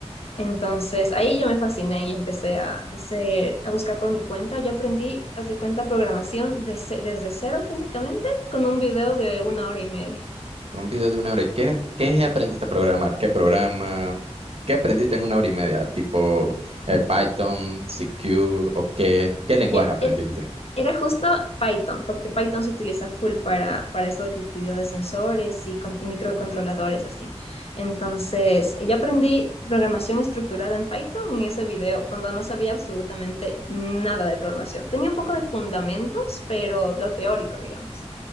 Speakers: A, on the left; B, on the right.
A: Entonces ahí yo me fasciné y empecé a hacer, a buscar por mi cuenta. Yo aprendí, haz de cuenta, programación de ce- desde cero técnicamente, con un video de una hora y media.
B: Un video de una hora. ¿Y qué, qué aprendiste a programar? ¿Qué programa? ¿Qué aprendiste en una hora y media? Tipo eh, Python, CQ o qué, qué lenguaje
A: Ya,
B: aprendiste?
A: era- Era justo Python, porque Python se utiliza full para, para esto de que te digo de sensores y, con- y microcontroladores, así. Entonces, yo aprendí programación estructurada en Python en ese video, cuando no sabía absolutamente nada de programación. Tenía un poco de fundamentos, pero lo teórico, digamos,